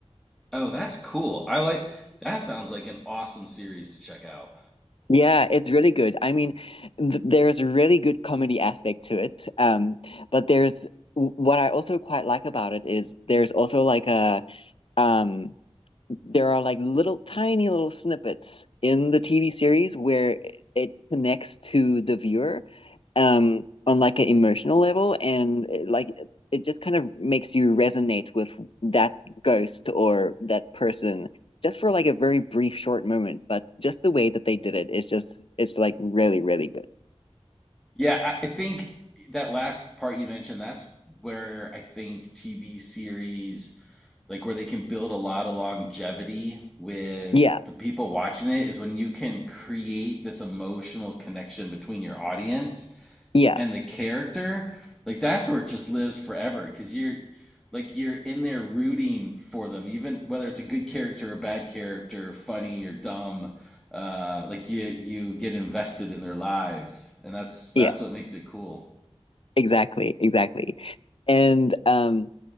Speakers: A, in the centre; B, on the left (about 55°).
A: Oh, that's cool. I like that sounds like an awesome series to check out.
B: Yeah, it's really good. I mean, th there's a really good comedy aspect to it. Um, but there's w- what I also quite like about it is there's also like a um there are like little tiny little snippets in the TV series where it connects to the viewer um on like an emotional level and it, like it it just kind of makes you resonate with that ghost or that person just for like a very brief short moment but just the way that they did it is just it's like really really good
A: Yeah, I, I think that last part you mentioned, that's where I think TV series like where they can build a lot of longevity with
B: yeah
A: the people watching it is when you can create this emotional connection between your audience
B: yeah
A: and the character, like that's where it just lives forever because you're like you're in there rooting for them, even whether it's a good character or a bad character, funny or dumb. Uh, like you you get invested in their lives, and that's that's
B: yeah
A: what makes it cool.
B: exactly exactly and um